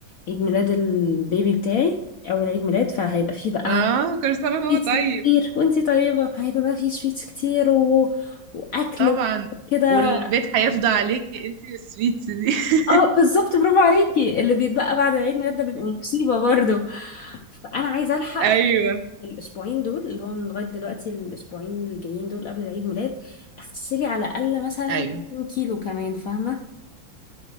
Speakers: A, on the left; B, on the right.
A: عيد ميلاد البيبي بتاعي اول عيد ميلاد فهيبقى فيه بقى
B: اه كل سنه هو
A: سويتس
B: طيب
A: كتير وانتي طيبه هيبقى بقى فيه سويتس كتير و... واكل
B: طبعا
A: وكده
B: والبيت هيفضى عليكي انتي والسويتس دي
A: اه
B: <laughs>
A: بالظبط برافو عليكي اللي بيتبقى بعد العيد ميلاد ده بيبقى مصيبه برضه فانا عايزه الحق
B: ايوه
A: الاسبوعين دول اللي هو من لغايه دلوقتي الاسبوعين اللي جايين دول قبل العيد ميلاد اخسلي على الاقل مثلا
B: ايوه
A: 2 كيلو كمان فاهمه